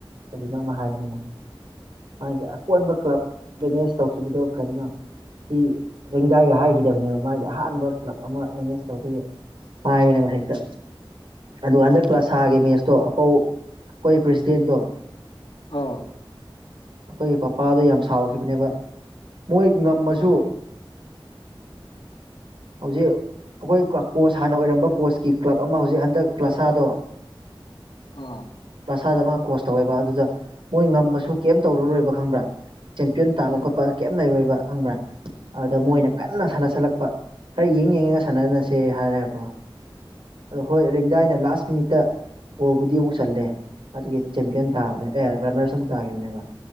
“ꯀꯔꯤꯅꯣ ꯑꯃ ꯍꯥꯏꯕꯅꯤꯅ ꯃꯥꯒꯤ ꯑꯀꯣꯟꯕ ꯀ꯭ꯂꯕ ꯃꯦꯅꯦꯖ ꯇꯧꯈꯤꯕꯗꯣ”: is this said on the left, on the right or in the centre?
Right